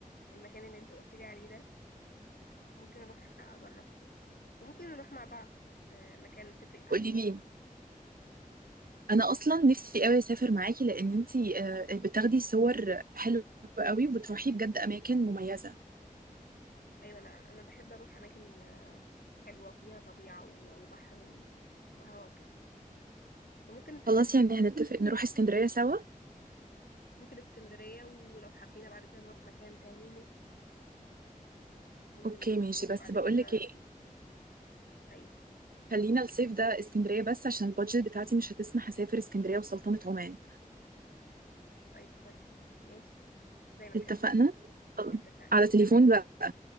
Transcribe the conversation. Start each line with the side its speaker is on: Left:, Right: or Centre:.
Left: المكان اللي انت قلت لي عليه ده ممكن اروح اجرب كده وممكن نروح مع بعض آه، مكان نتفق عليه
Right: قولي
Left: ونروح
Right: لي انا اصلا نفسي قوي اسافر معاكي لان انتي آه، بتاخدي صور حلوه قوي وبتروحي بجد اماكن مميزه
Left: ايوه انا انا بحب اروح اماكن آه، حلوه فيها طبيعه و- وبحر و- وهوا وكده فممكن نتفق
Right: خلاص
Left: مع
Right: يعني
Left: بعض
Right: هنتفق
Left: ونروح
Right: نروح اسكندريه سوا
Left: ممكن اسكندريه ولو حبينا بعد كده نروح مكان تاني نروح ممكن
Right: اوكي ماشي
Left: نروح
Right: بس
Left: بعد
Right: بقولك
Left: كده
Right: ايه
Left: ايوه
Right: خلينا الصيف ده اسكندريه بس عشان البادجت بتاعتي مش هتسمح اسافر اسكندريه وسلطنه عمان
Left: طيب كويس ماشي زي ما تحبي
Right: اتفقنا خلاص.
Left: اتفقنا
Right: على تليفون
Left: تمام
Right: بقى